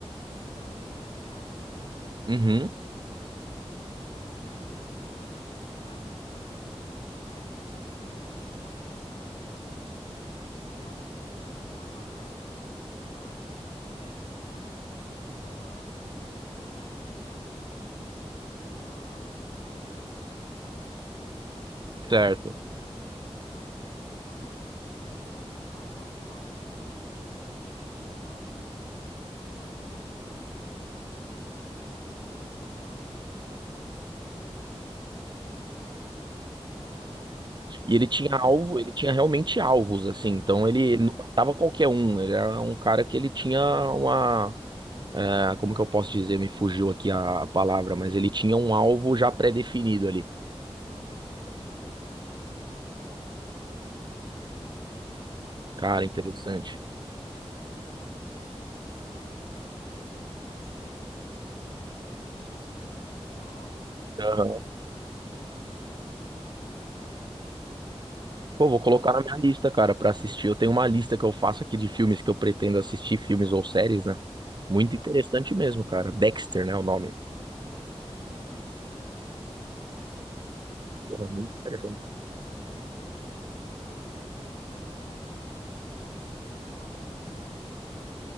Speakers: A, on the left; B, on the right.
A: esse talento, entre aspas, né?
B: uhum,
A: E ser um cara inteligente, um cara rápido com as coisas e tal. É, ensinou ele a ser um um serial, é, um matador, mas do bem, sabe? Ele só, é, mata as pessoas. por as pessoas que têm culpa no cartório, sabe?
B: certo.
A: As pessoas que são do, do mal ou que fez algum mal para alguém. E é bem legal, bem interessante, porque ele pesquisa tudo, ele faz, tipo, todo um tutorial da pessoa, ele investiga, ele sabe a vida da pessoa de cabo a rabo, o
B: E ele
A: que
B: tinha
A: ela
B: alvo,
A: faz,
B: ele tinha realmente alvos, assim. Então, ele,
A: sim.
B: ele não matava qualquer um. Ele era um cara que ele tinha uma. ah, como que eu posso dizer? Me fugiu aqui a, a palavra, mas ele tinha um alvo já pré-definido ali.
A: Sim, e ele pens- pensava em todos os, os detalhes, nos mínimos detalhes.
B: Cara,
A: E
B: interessante.
A: ele, é, como ele foi criado por um policial, ele sabia de todos os macetes para conseguir não deixar provas, não deixar
B: Aham.
A: pistas, sabe? Então é bem interessante, eu achei muito legal.
B: Pô, vou
A: Comecei
B: colocar na
A: a...
B: minha lista, cara, pra assistir. Eu tenho uma lista que eu faço aqui de filmes que eu pretendo assistir, filmes ou séries, né? Muito
A: Aham,
B: interessante mesmo, cara. Dexter, né, o nome.
A: é, Dexter, é, eu achei bem interessante, eu gostei muito. E
B: Porra,
A: recentemente
B: muito interessante.
A: também eu acabei, é, saiu uma série nova na Netflix que chama O Jardineiro.